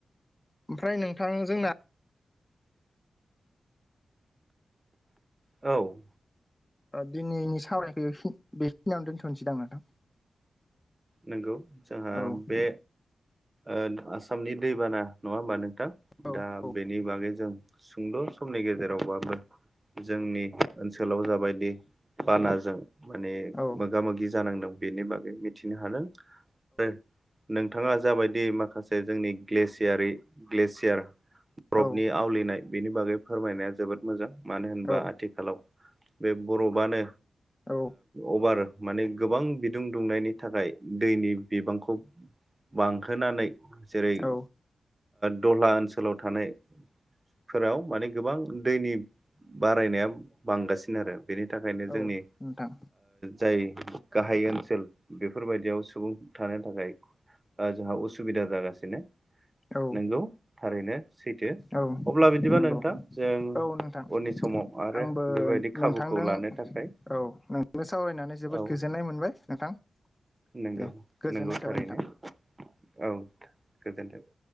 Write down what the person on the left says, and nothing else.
ओमफ्राय नोंथां जोंना
दिनैनि सावरायखो बेखिनियावनो दोनथ'नोसैदांं नोंथां।
औ
औ
औ
औ
औ
औ
औ
औ
नोंथां
औ
औ
नंगौ
औ
नोंथां
आंबो
नोंथांदों
औ नोंनो सावरायनानै जोबोद
गोजोननाय मोनबाय नोंथां
दे गोजोननाय
थाबाय
नोंथां